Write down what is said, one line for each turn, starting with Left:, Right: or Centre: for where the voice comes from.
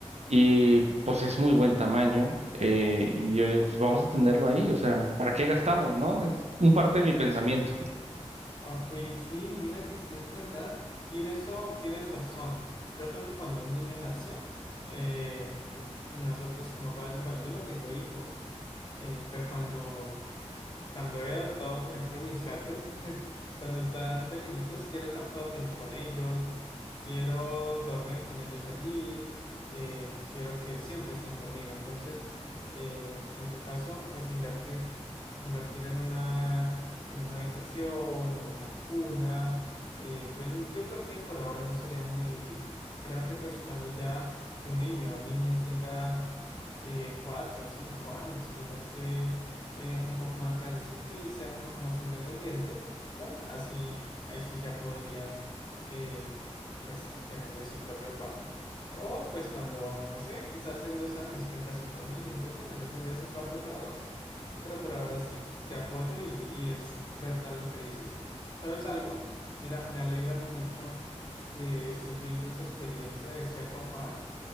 Right: y pues es muy buen tamaño. eh, y yo digo, pues vamos a tenerlo ahí, o sea, ¿para qué gastamos, no? Es un parte de mi pensamiento.
Left: Ok, sí, mira que sí es verdad. Y en eso tienes razón. Yo creo que cuando un niño nace, eh, eh, nosotros como padres, bueno, yo no tengo hijos, eh, pero cuando Cuando he adoptado, por ejemplo, mis gatos, <laughs> cuando están pequeñitos, quiero estar todo el tiempo con ellos, quiero dormir con ellos allí, eh, quiero que siempre estén conmigo. Entonces, eh, en tu caso, pues invertir, invertir en una, en una habitación, en una cuna, eh, pues yo creo que por ahora no sería muy útil. Creo que pues cuando ya tu niño o niña tenga eh, cuatro o cinco años, que ya se eh, un poco más grandecito y sea un poco más independiente, bueno, así, ahí sí ya podrías, eh, pues, tenerle su propio cuarto. O pues cuando, no sé, quizás en dos años tengas otro niño, entonces, bueno, ya tendrías un cuarto para dos. Pero por ahora sí, te apoyo y, y es verdad lo que dices. ¿Sabes algo? Mira, me alegra mucho que estés viendo esa experiencia de ser papá.